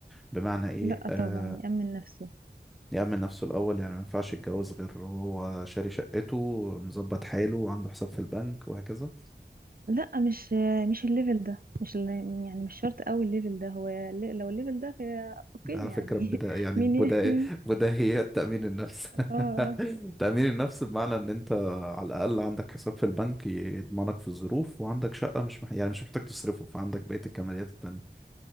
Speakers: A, in the centre; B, on the right.
A: بمعنى ايه
B: لا
A: آه،
B: طبعا يأمن نفسه
A: يأمن نفسه الأول يعني ما ينفعش يتجوز غير وهو شاري شقته مظبط حاله وعنده حساب في البنك وهكذا
B: لا مش مش الليفل ده مش ال- يعني مش شرط قوي الليفل ده هو لو الليفل ده فهي اوكي
A: ده على فكرة
B: يعني
A: بدا
B: <laughs>
A: يعني
B: مين
A: بدا
B: مين
A: بداهيات تأمين النفس
B: اه آه.
A: <laughs> تأمين النفس بمعنى إن أنت على الأقل عندك حساب في البنك يضمنك في الظروف وعندك شقة مش مح... يعني مش محتاج تصرفه فعندك بقية الكماليات التانية